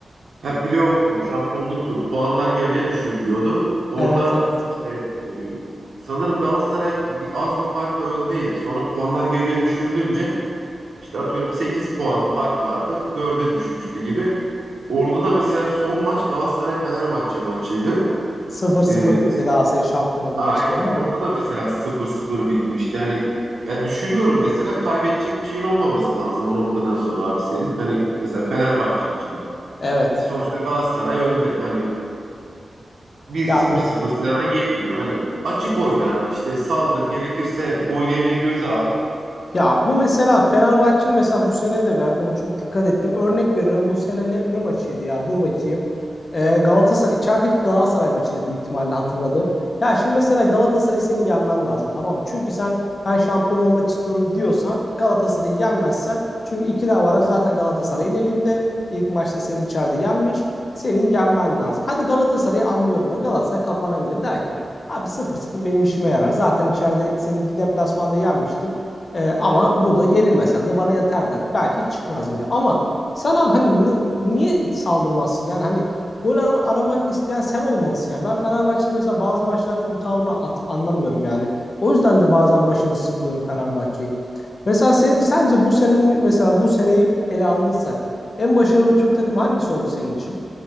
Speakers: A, on the right; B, on the left.
A: Ha playoff turu, şampiyonluk turu. Puanlar yarıya düşürülüyordu. Orada
B: Evet evet.
A: işte e, sanırım Galatasaray bir, az bir farkla öndeydi. Sonra puanlar yarıya düşürülünce işte atıyorum 8 puan fark vardı. dörde düşmüştü gibi. Orada da mesela son maç Galatasaray-Fenerbahçe maçıydı.
B: Sıfır sıfır
A: E,
B: bitti Galatasaray'ın şampiyon olduğu
A: Aynen.
B: maçı diyorsun değil
A: Orada
B: mi?
A: da mesela sıfır sıfır bitmişti. Hani ya düşünüyorum mesela kaybedecek bir şeyin olmaması lazım o noktadan sonra abi senin. Hani mesela Fenerbahçe için.
B: Evet.
A: E, sonuçta Galatasaray önde. Hani bir sıfır
B: Ya
A: sıfır sana yetmiyor. Hani açık oyna, işte saldır, gerekirse gol yemeyi göze al.
B: Ya
A: E,
B: bu mesela Fenerbahçe'nin mesela bu sene de ben onu çok dikkat ettim. Örnek veriyorum bu sene ne, ne maçıydı ya? Dur bakayım. Ee, Galatasaray içerideki Galatasaray maçıydı büyük ihtimalle hatırladım. Ya şimdi mesela Galatasaray'ı senin yenmen lazım tamam mı? Çünkü sen ben şampiyon olmak istiyorum diyorsan Galatasaray'ı yenmezsen çünkü ikili avaraj zaten Galatasaray'ın elinde. İlk maçta seni içeride yenmiş. Senin yenmen lazım. Hadi Galatasaray'ı anlıyorum ben. Galatasaray kapanabilir. Der ki abi sıfır sıfır benim işime yarar. Zaten içeride seni deplasmanda yenmiştim. Ee, ama burada yenilmesem de bana yeter der. Belki çıkmaz bile. Ama sen abi hani niye saldırmazsın? Yani hani gol ar- aramak isteyen sen olmalısın. Yani ben Fenerbahçe'nin mesela bazı maçlardaki bu tavrını at- anlamıyorum yani. O yüzden de bazen başarısız buluyorum Fenerbahçe'yi. Mesela sen, sence bu senin mesela bu seneyi ele alırsak en başarılı Türk takımı hangisi oldu senin için?